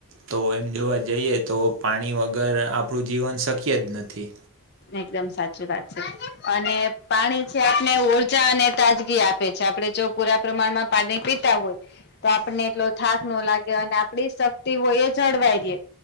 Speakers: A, on the right; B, on the left.
A: તો એમ જોવા જઈએ તો પાણી વગર આપણું જીવન શક્ય જ નથી.
B: એકદમ સાચી વાત છે અને પાણી છે આપને ઉર્જા અને તાજગી આપે છે આપડે જો પૂરા પ્રમાણમાં પાનિ પીતા હોય તો આપને એટલો થાક નો લાગે અને આપડી શક્તિ હોય એ જળવાય રીએ.